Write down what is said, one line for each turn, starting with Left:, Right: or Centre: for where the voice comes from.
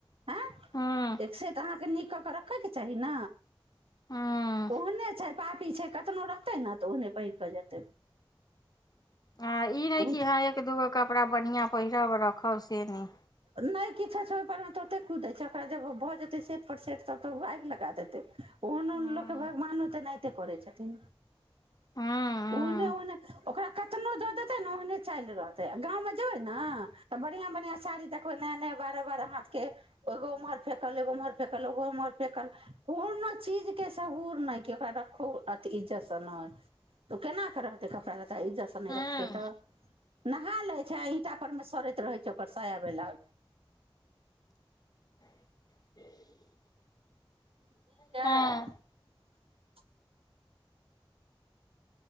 Right: हँ
Left: हूँ
Right: एकसेट अहाँ क कऽ कऽ रखयके चाही ने।
Left: हूँ
Right: ओहने छैय पापी छैय। कतनो रहतै ने तऽ ओहने पहिर कऽ जेतै।
Left: हां ई नहि
Right: ओ
Left: कि हँ एक दूगो कपड़ा बढ़िया पहिरब रखब से नहि
Right: नहि किछो छैय ओहिपरमे त ओते कुदै छैयओकरा जब भऽ जेतै सेटपर सेट तब तऽ ओ आगि लगा देतै ओहन ओहन
Left: हूँ
Right: लोककेँ भगवानो तेनाहिते करै छथिन।
Left: हूँ
Right: ओहने ओहने ओकरा कतनो दऽ देतै ने ओहने चालि रहतै गाँंव मे जेबय ने तऽ बढ़ियां बढ़ियाँ साड़ी देखबय नया नया बारह बारह हाथ के एगो उम्हर फेकल एगो उम्हर फेकल ओगो उम्हर फेकल कोनो चीज के शबूर नय के ओकरा रखो अ इज्जत से नय त केना के रहतय कपड़ा ल त इज्जत से नहि
Left: हूँ हूँ
Right: रखतय तऽ नहा लै छैय ईंटा पर मे सड़े रहै छैय ओकर साय बेलाउज
Left: <inaudible>
Right: <unintelligible>
Left: हँ